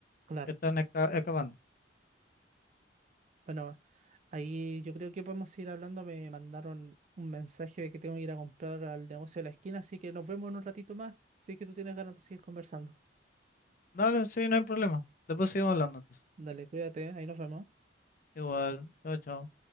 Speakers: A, on the right; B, on the left.
A: Claro.
B: que están esca- escapando.
A: Bueno, ahí yo creo que podemos ir hablando. Me mandaron un mensaje de que tengo que ir a comprar al negocio de la esquina, así que nos vemos en un ratito más. Si es que tú tienes ganas de seguir conversando.
B: Dale, sí, no hay problema. Después seguimos hablando entonces.
A: Dale, cuídate, ahí nos vemos.
B: Igual, chao, chao.